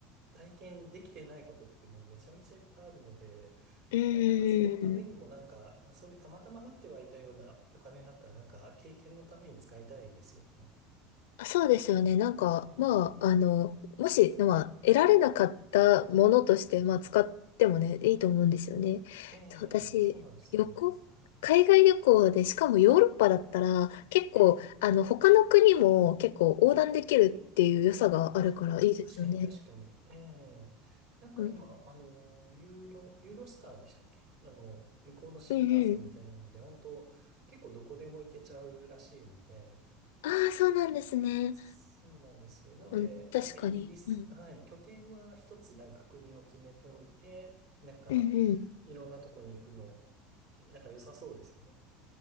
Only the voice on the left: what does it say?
<laughs> うんうんうん
そうですよね。なんか、
まあ、あの、もし、まあ、得られなかったものとして、
まあ、使ってもね、いいと思うんですよね。
そう私、
旅行、
海外旅行で、しかもヨーロッパだったら、
結構、
あの、他の国も結構横断できるっていう良さがあるからいいですよね。
うん。
うんうん。
ああ、そうなんですね。
うん、確かに。
うん。
うんうん。